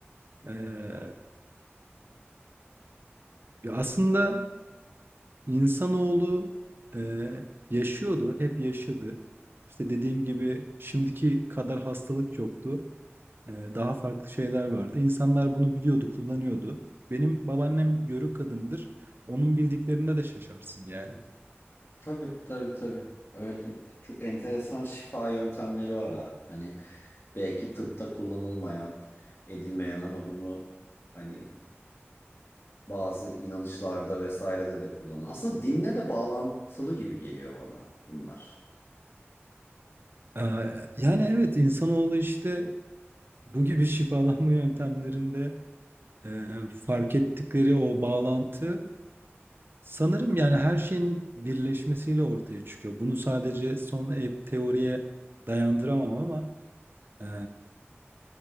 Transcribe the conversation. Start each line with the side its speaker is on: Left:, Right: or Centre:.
Right: Ee, ya aslında insanoğlu e, yaşıyordu, hep yaşadı. İşte dediğim gibi şimdiki kadar hastalık yoktu. Ee, daha farklı şeyler vardı. İnsanlar bunu biliyordu, kullanıyordu. Benim babaannem Yörük kadınıdır. Onun bildiklerinde de şaşarsın yani.
Left: Tabii, tabii, tabii. Öyle çok enteresan şifa yöntemleri var abi. Hani belki tıpta kullanılmayan, edilmeyen ama bunu hani bazı inanışlarda vesairede de kullanılan. Aslında dinle de bağlantılı gibi geliyor bana bunlar.
Right: Ee, Yani evet insanoğlu işte bu gibi <laughs> şifalanma yöntemlerinde e, fark ettikleri o bağlantı sanırım yani her şeyin birleşmesiyle ortaya çıkıyor. Bunu sadece son e- teoriye dayandıramam ama e,